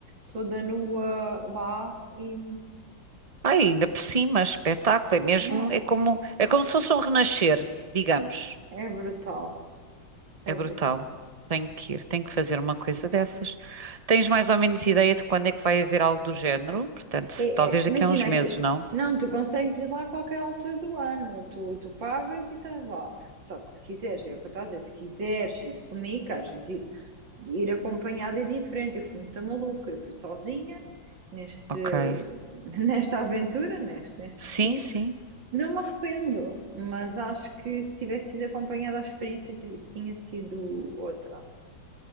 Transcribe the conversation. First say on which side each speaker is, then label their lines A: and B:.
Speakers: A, on the right; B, on the right.
A: toda nua lá e
B: Ah, ainda por cima, espetáculo, é mesmo,
A: não,
B: é como, é como se fosse um renascer, digamos.
A: é brutal, é
B: É brutal.
A: brutal.
B: Tenho que ir, tenho que fazer uma coisa dessas. Tens mais ou menos ideia de quando é que vai haver algo do género? Portanto, se-
A: É-
B: talvez
A: é- imagina
B: daqui a uns meses,
A: que
B: não?
A: não, tu consegues ir lá a qualquer altura do ano, tu, tu pagas e estás lá. Só que se quiseres, é o que eu estou a dizer, se quiseres vir comigo, que às vezes ir, ir acompanhada é diferente. Eu fui muito maluca, eu fui sozinha neste,
B: Ok.
A: <laughs> nesta aventura, neste, neste
B: Sim,
A: retiro.
B: sim.
A: Não me arrependo, mas acho que se tivesse sido acompanhada, a experiência tive- tinha sido outra.